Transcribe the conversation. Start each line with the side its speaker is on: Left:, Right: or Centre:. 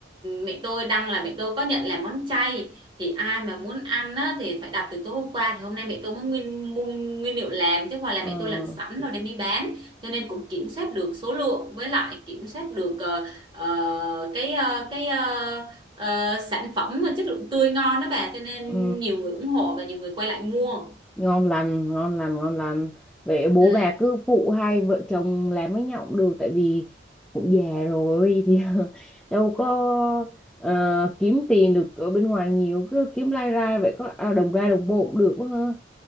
Right: mẹ tôi đăng là mẹ tôi có nhận làm món chay thì ai mà muốn ăn á, thì phải đặt từ tối hôm qua thì hôm nay mẹ tôi mới nguyên mua nguyên liệu làm chứ ngoài là
Centre: ờ
Right: mẹ tôi làm sẵn rồi đem đi bán cho nên cũng kiểm soát được số lượng với lại kiểm soát được ờ, ờ, cái ờ, cái ờ, ờ, sản phẩm mà chất lượng tươi ngon đó bà cho nên
Centre: ừ.
Right: nhiều người ủng hộ và nhiều người quay lại mua
Centre: ngon lành ngon lành ngon lành vậy bố
Right: ừ
Centre: bà cứ phụ hai vợ chồng làm với nhau cũng được tại vì cũng già rồi thì <laughs> đâu có ờ, kiếm tiền được ở bên ngoài nhiều cứ kiếm lai rai vậy có à, đồng ra đồng bộ cũng được quá ha